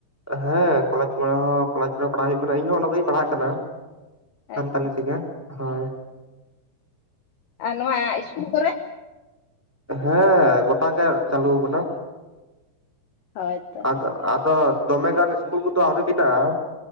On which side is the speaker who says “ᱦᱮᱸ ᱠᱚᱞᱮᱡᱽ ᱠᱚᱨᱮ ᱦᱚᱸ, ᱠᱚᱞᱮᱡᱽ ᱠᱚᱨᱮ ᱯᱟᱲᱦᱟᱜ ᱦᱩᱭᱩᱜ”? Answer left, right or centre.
Centre